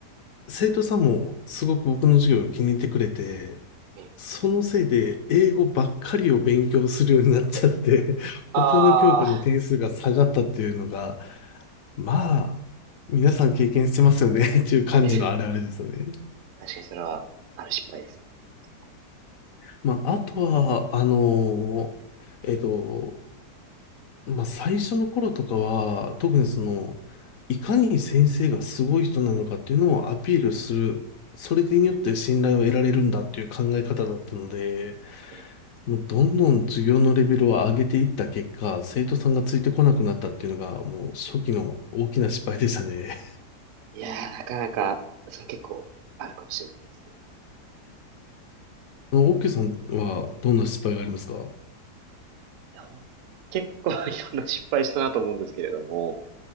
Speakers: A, on the left (about 65°); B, on the right (about 65°).
A: 生徒さんもすごく僕の授業を気に入ってくれて、
B: ええ。
A: そのせいで英語ばっかりを勉強するようになっちゃって、<laughs> 他の教科の点数が下がったっていうのが、
B: ああ、
A: まあ、皆さん経験してますよねっていう感じのあれあれですよね。
B: ええ。確かにそれは、ある失敗ですね。こ
A: まあ、あとは、あのーえっと、まあ、最初の頃とかは、特にその、いかに先生がすごい人なのかっていうのをアピールする、それによって信頼を得られるんだっていう考え方だったので、
B: うん。うええ
A: もうどんどん授業のレベルを上げていった結果、生徒さんがついてこなくなったっていうのが、もう初期の大きな失敗でしたね。
B: いやー、なかなか、それ結構あるかもしれないですね。
A: <laughs> あの、オッケーさんはどんな失敗がありますか
B: いや、ほん結構 <laughs> いろんな失敗したなと思うんですけれども、